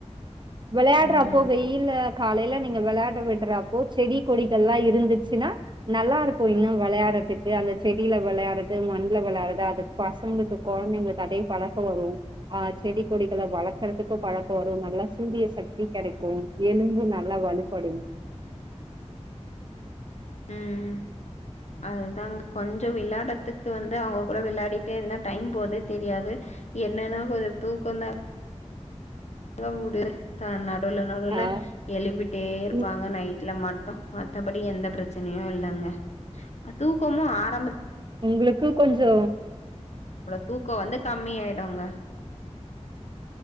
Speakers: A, on the right (about 40°); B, on the left (about 70°).
A: வெளையாடற
B: ம்
A: அப்பல்ல காலைலில நீங்க விளையாட விடுறாப்போ செடி கொடிகள் எல்லா இருந்துச்சுன்னா நல்லா இருக்கும இன்னு வெளையாடுறதுக்கு அந்த செடியில வெளையாறது மண்ல வெளையாறது அது பசங்களுக்கு கொழந்தைங்க அதையே பழக்க வரும் ஆஹ் செடி கொடிகளை வளக்குறதுக்கு பழக்க வரும் நல்லா சூரிய சக்தி கெடைக்கு எலும்பு நல்லா வலுப்படு
B: உம் அதுதாங்க கொஞ்சோ விளையாடத்துக்கு வந்து அவங்க கூட விளையாடிட்டே இருந்தா டைம் போத தெரியாது என்னன்னா கொஞ் தூக்கந்தா அங்க முடிய தா நட் நடு நடுல
A: ஆ
B: எழுப்பிட்டே இருப்பாங்க
A: ம்
B: நைட்ல மட் மத்தபடி எந்த பிரச்சனையு இல்லங்க தூக்கமு ஆரம்ப
A: உங்களுக்கு கொஞ்சோ
B: தூக்கம் வந்து கம்மிய ஆயடுங்க